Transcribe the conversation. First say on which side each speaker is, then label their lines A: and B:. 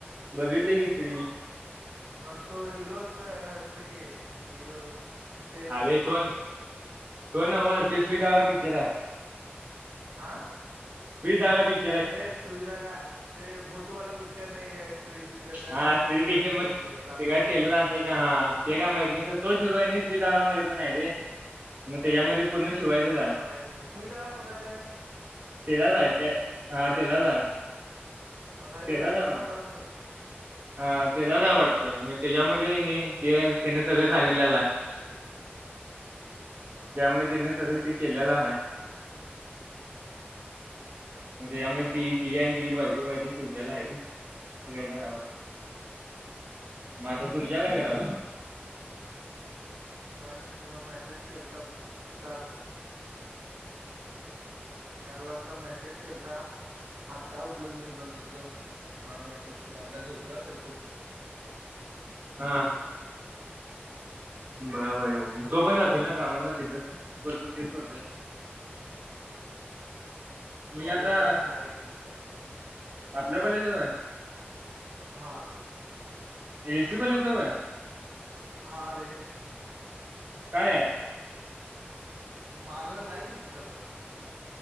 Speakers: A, on the right; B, on the right.
A: बघितली घी तक
B: मग तो हिरो असत हसते की हिरो तर
A: ह तो तो ना ह तेशवीग पिक्चर आहे.
B: आं.
A: तुहीा?
B: हे सुविधा का ते भूतवाला पिक्चर नाही गस स्त्री बिक्चर त्यात
A: हा
B: तो
A: स्त्री
B: टेलर
A: पिक्चर
B: असते
A: मग
B: हिरो राजकुमार
A: ते काय टेलर
B: राव
A: असते हा ते काय मा तो चिरवा्रीधागामध्ये पण आहे र मग त्याच्यामध्ये पूर्ण शिवायचंच
B: सुुईदगा
A: आहे
B: बघा नि च सुईदगा कोणा ज
A: तेचाच आहे ते हा तेचाच आहे.
B: रा
A: त्याचाच
B: राजकुमार
A: आहे वाटतं
B: राव स
A: हा तेला वाटतं मग त्याच्यामध्ये आहे नाही ते त्याने सगळं सांगितलेला आहे.
B: हम्म
A: त्यामुळे
B: हम्म
A: तिने सगळ ते केलेलं आहे.
B: <unintelligible>
A: मग त्यामुळे ती ती आहे आणि तिची बायको काय त श उध्यायला आहे का अस कायचय वाटत. माता खुल जाला कराला
B: काय माहि बा मेसेज केला तर चार चार वाजता मेसेज केलता. टलो मी बघितलो हा मेसेज केला आता झोपला असेल तो
A: हा. बबार तो पण जातोय ना कामाला तिथेतो तेच करतोय ना. मी
B: कॉलेज
A: आता
B: जवळ हा एक कंपनी
A: आपल्या कॉलेज जवळ
B: हा.
A: एसी कोली जाऊ आहे
B: हा रे
A: काय आहे.
B: मागं आहे की तिथं पण